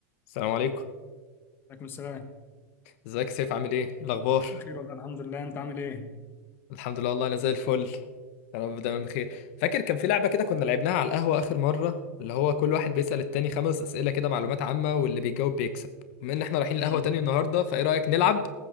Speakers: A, on the left; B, on the left.
A: السلام عليكم
B: عليكم السلام
A: ازيك يا سيف عامل ايه إيه الاخبار
B: بخير والله الحمد لله انت عامل ايه؟
A: الحمد لله والله انا زي الفل يا رب دايما بخير فاكر كان في لعبه كده كنا لعبناها على القهوه اخر مره اللي هو كل واحد بيسأل التاني خمس اسئله كده معلومات عامه واللي بيجاوب بيكسب بما ان احنا رايحين
B: مم.
A: القهوه تاني النهارده فايه رايك نلعب